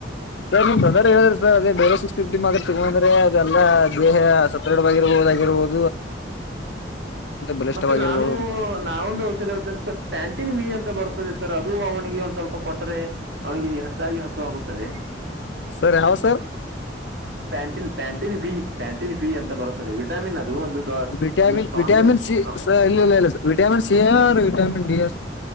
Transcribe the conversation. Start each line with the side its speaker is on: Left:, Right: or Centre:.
Left: ಸರ್ ನಿಮ್ ಬದರ್ ಹೇಳಿದ್ರ ಸರ್ ಅದೇ ಬೇರೆ ಸಿಕ್ಸ್ ಫಿಫ್ಟಿ ಮಾತ್ರ ತಗ ಅಂದ್ರೆ ಲ್ಲ ದೇಹ ಸದೃಢವಾಗಿರಬಹುದುಾಗಿರಬಹದು ಬಲಿಷ್ಠವಾಗಿರ್ಬಹುದು
Right: ಮತ್ತೆ ನಾನು
Left: ಅಂತ
Right: ನಾವೊಂದು ಔಷಧಿ ಹ ಪ್ಯಾಂ ಹಟ್ಟನ್ ವಿ ಅಂತ ಬರ್ತ್ತದೆ ಸರ್ ಅದು ಅವನಿಗೆ ಒಂದ್ ಸ್ವಲ್ಪ ಕೊಟ್ಟರೆ ಅವನಿಗೆ ಹೆಚ್ಚಾಗಿ ಹಸು ಆಾಗುತ್ತದೆ
Left: ಸರ್ ಯಾವ ಸರ್
Right: ಪ್ಯಾಂಟಿನ್ ಪ್ಯಾಂಟಿನ್ ಫೀ ಪ್ಯಾಂಟಿನ್ ಫೀ ಅಂತ ಬರುತ್ತದೆ ವಿಟಾಮಿನ್ ಅದು ಒಂದು ದೊ-
Left: ವಿಟಾಮಿನ್
Right: ಒಂದು ಸ್ಟ್ರಾಂಗೆಸ್ಟ್
Left: ವಿಟಾಮಿನ್ ಸಿ ಇಲ್ಲ ಇಲ್ಲ ಇಲ್ಲ ವಿಟಾಮಿನ್ ಸಿ ಆರು ವಿಟಾಮಿನ್ ಡಿ ಎ